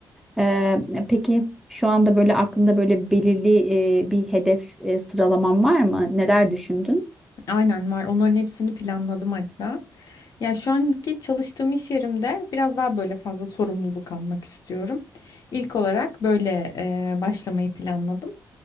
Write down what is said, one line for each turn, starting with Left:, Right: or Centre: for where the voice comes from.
Centre: Ee, peki şu anda böyle aklında böyle belirli e, bir hedef e, sıralaman var mı? Neler düşündün?
Left: Aynen var. Onların hepsini planladım hatta. Ya şu anki çalıştığım iş yerimde biraz daha böyle fazla sorumluluk almak istiyorum. İlk olarak böyle e, başlamayı planladım.